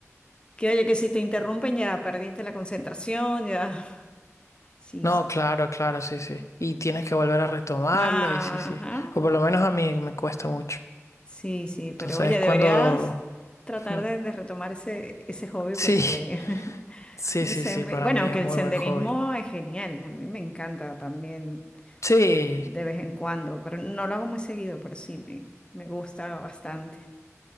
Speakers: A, on the left (about 20°); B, on the left (about 70°).
A: que, oye, que si te interrumpen ya perdiste la concentración, ya, <laughs> sí,
B: No,
A: sí,
B: claro,
A: sí.
B: claro, sí, sí. Y tienes que volver a retomarlo
A: Ajá,
B: y sí, sí. O por lo menos a mí me cuesta mucho.
A: Sí, sí, pero
B: Entonces,
A: oye, deberías
B: cuando...
A: tratar
B: ujú,
A: de, de retomar ese, ese hobby
B: Sí,
A: porque, <laughs>
B: sí,
A: no
B: sí,
A: sé,
B: sí,
A: muy...
B: para
A: Bueno,
B: mí
A: aunque
B: es
A: el
B: muy
A: senderismo
B: buen hobby.
A: es genial, a mí me encanta también
B: Sí,
A: de vez en cuando, pero no lo hago muy seguido, pero sí, me, me gusta bastante.